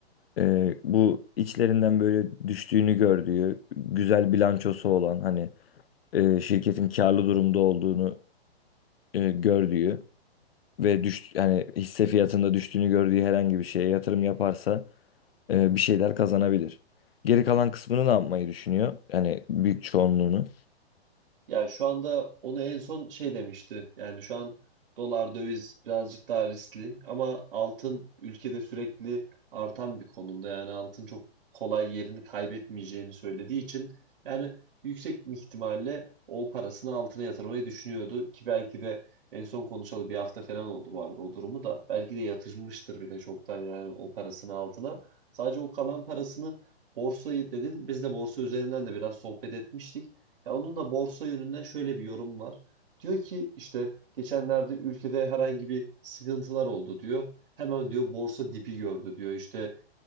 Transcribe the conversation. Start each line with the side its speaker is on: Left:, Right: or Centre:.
Left: Ee, bu içlerinden böyle düştüğünü gördüğü, güzel bilançosu olan hani e, şirketin karlı durumda olduğunu e, gördüğü ve düş yani hisse fiyatında düştüğünü gördüğü herhangi bir şeye yatırım yaparsa e, bir şeyler kazanabilir. Geri kalan kısmını ne yapmayı düşünüyor? Yani büyük çoğunluğunu.
Right: Yani şu anda onu en son şey demişti. Yani şu an dolar döviz birazcık daha riskli ama altın ülkede sürekli artan bir konumda. Yani altın çok kolay yerini kaybetmeyeceğini söylediği için yani yüksek ihtimalle o parasını altına yatırmayı düşünüyordu ki belki de en son konuşalı bir hafta falan oldu bu arada o durumu da. Belki de yatırmıştır bile çoktan yani o parasını altına. Sadece o kalan parasını borsayı dedin. Biz de borsa üzerinden de biraz sohbet etmiştik. Ya onun da borsa yönünden şöyle bir yorum var. Diyor ki işte geçenlerde ülkede herhangi bir sıkıntılar oldu diyor. Hemen diyor borsa dibi gördü diyor. İşte